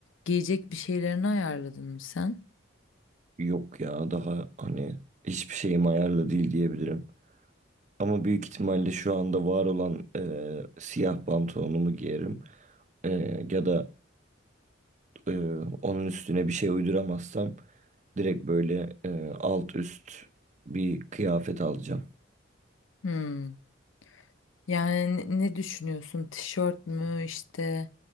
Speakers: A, on the left; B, on the right.
A: giyecek bir şeylerini ayarladın mı sen?
B: Yok ya daha hani hiçbir şeyim ayarlı değil diyebilirim. Ama büyük ihtimalle şu anda var olan e, siyah pantolonumu giyerim. E, ya da e, onun üstüne bir şey uyduramazsam direkt böyle e, alt üst bir kıyafet alacağım.
A: Hmm. Yani ne ne düşünüyorsun? Tişört mü işte